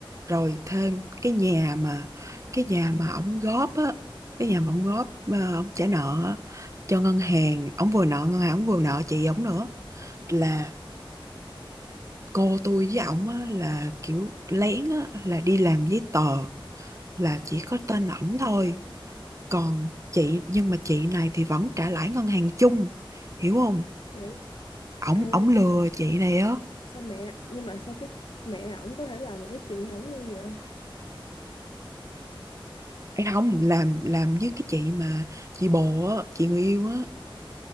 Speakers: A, on the right (about 35°); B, on the left (about 65°).
A: rồi thêm cái nhà mà cái nhà mà ổng góp á, cái nhà mà ổng góp mà ổng trả nợ á, cho ngân hàng, ổng vừa nợ ngân hàng, ổng vừa nợ chị ổng nữa là cô tôi với ổng á là kiểu lén á là đi làm giấy tờ là chỉ có tên ổng thôi còn chị nhưng mà chị này thì vẫn trả lãi ngân hàng chung hiểu không
B: hiểu
A: ổng
B: ê
A: ổng lừa chị này á
B: sao mẹ nhưng mà sao cái mẹ ổng có thể làm được với chị ổng luôn vậy
A: Ê không làm làm với cái chị mà chị bồ á chị người yêu á